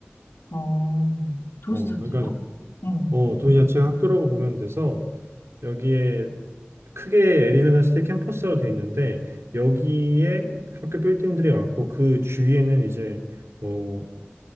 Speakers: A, on the left; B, on the right.
A: 어, 도시
B: 어,
A: 자체가?
B: 그러니까
A: 응
B: 어, 도시자치 학교라고 보면 돼서 여기에 크게 애리조나 스테이트 캠퍼스로 돼 있는데 여기에 학교 빌딩들이 많고 그 주위에는 이제 뭐